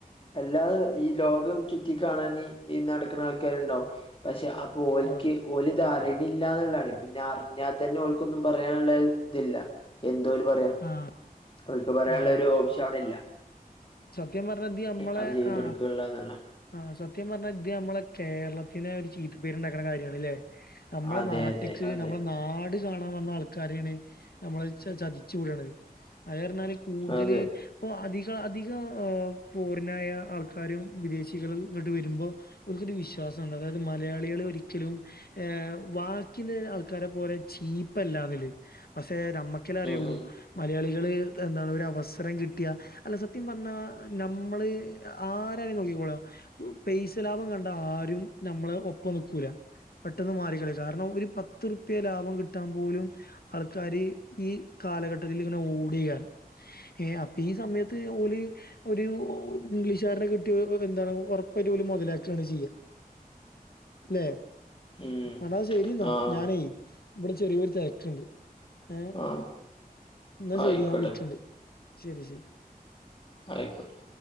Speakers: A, on the left; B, on the left.
A: അല്ലാതെ ഈ ലോകം ചുറ്റി കാണാന് ഈ നടക്കുന്ന ആൾക്കാരുണ്ടാവും പക്ഷെ ഓൽക്ക്
B: ആ
A: ഓലിത് അറിയണില്ലന്നാണ് പിന്നെ അറിഞ്ഞാൽ തന്നെ ഓ ഓൽക്കൊന്നും പറയാനുള്ളതില്ല എന്തോല് പറയാൻ
B: ആ
A: ഓൽക്ക് പറയാനുള്ളോരോപ്ഷൻ
B: ആ
A: അവിടില്ല
B: സത്യം പറഞ്ഞാതിമ്മളെ
A: അത് ചെയ്ത്
B: ആ
A: കൊടുക്കുള്ള എന്നുള്ള
B: ആ സത്യം പറഞ്ഞാത് നമ്മളെ കേരളത്തിന് ഒരു ചീത്തപ്പേരുണ്ടാക്കുണ കാര്യാണല്ലേ നമ്മളെ
A: അതെ
B: നാട്ടിക്ക്
A: അതെ അതെ
B: നമ്മളെ നാട് നാട് കാണാൻ വന്നാൾക്കാരെയാണ് നമ്മള് ചചതിച്ചു വിടണത് അയ്പറഞ്ഞാല് കൂടുതല്
A: അതെ
B: പ്പൊ അധിക അധ ഫോറിനായ ആൾക്കാരും വിദേശികളും ഇങ്ങോട്ട് വരുമ്പോ ഓർക്കൊരു വിശ്വാസൊണ്ട് അതായത് മലയാളികളൊരിക്കലും ഏ വാക്കിന് ആൾക്കാരെ പോലെ ചീപ്പല്ലാവര് പക്ഷെ നമ്മക്ക് നിക്കല്ലേ അറിയുള്ളൂ
A: ഉം ഉം
B: മലയാളികള് ഇതെന്താണ് ഒരു അവസരം കിട്ടിയ അല്ല സ സത്യം പറഞ്ഞാ നമ്മള് ആരങ്ങന നോക്കിക്കൂടാ പേസ്സ ലാഭം കണ്ട ആരും നമ്മളെ ഒപ്പം നിക്കൂല പെട്ടെന്ന് മാറിക്കയും കാരണം ഒരു പത്തുറുപ്യ ലാഭം കിട്ടാൻ പോലും ആൾക്കാാര് ഈ കാലഘട്ടത്തിലിങ്ങനെ ഓടെകാരം ഏ അപ്പൊ ഈ സമയത്ത് ത്ത് ഓല് ഒരു ഇംഗ്ലീഷുകാരനെ കിട്ടിയ എന്താണാവു ഉറപ്പായിറ്റും മുതലാക്കെയാ ചെയ്യ ല്ലെ
A: ഉം
B: എടാ ശരി എന്നാ
A: ആഹ്
B: ഞാനേ ഇവിടെ ചെറിയൊരു തെരക്ക്‌ണ്ട് ഏ
A: ആഹ്
B: എന്നാ
A: ആയിക്കോട്ടെ
B: ശരി ഞാൻ വിളിക്കണ്ട് ശരി ശരി
A: ആയിക്കോട്ടെ